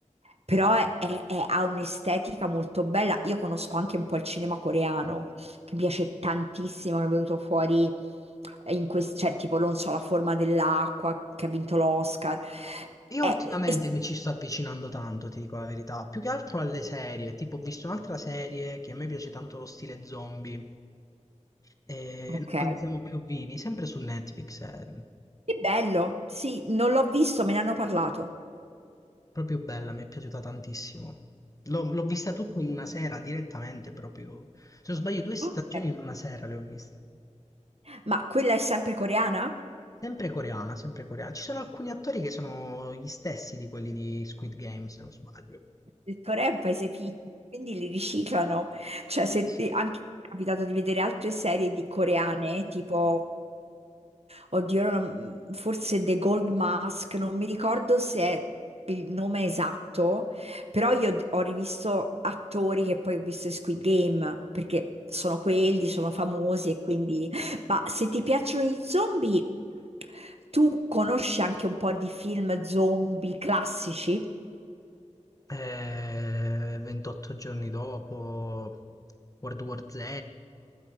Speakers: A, on the right; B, on the left.
A: Però è- è- è- ha un'estetica molto bella. Io conosco anche un po' il cinema coreano, che mi piace tantissimo, che è venuto fuori eh, in questo, cioè tipo, non so, La forma dell'acqua, che ha vinto l'Oscar.
B: Io
A: È-
B: ultimamente
A: è-
B: mi ci sto avvicinando tanto, ti dico la verità, più che altro alle serie, tipo ho visto un'altra serie che a me piace tanto lo stile zombie, e
A: ok,
B: noi non siamo più vivi, sempre su Netflix, è
A: che bello. Sì, non l'ho visto, me ne hanno parlato.
B: proprio bella, mi è piaciuta tantissimo. L'ho l'ho vista tutta in una sera, direttamente proprio, se non sbaglio due stagioni
A: Ok.
B: in una sera le ho viste.
A: Ma quella è sempre coreana?
B: Sempre coreana, sempre coreana. Ci sono alcuni attori che sono gli stessi di quelli di Squid Game, se non sbaglio.
A: Il Corea è un paese piccolo, quindi li riciclano. Cioè, se
B: Eh sì.
A: ti- anche mi è capitato di vedere altre serie di coreane, tipo Oddio, ora non- forse The Gold Mask, non mi ricordo se è il nome esatto, però io ho rivisto attori che poi ho visto in Squid Game, perché sono quelli, sono famosi e quindi... Ma se ti piacciono gli zombie, tu conosci anche un po' di film zombie classici?
B: Eh, 28 giorni dopo, World War Z,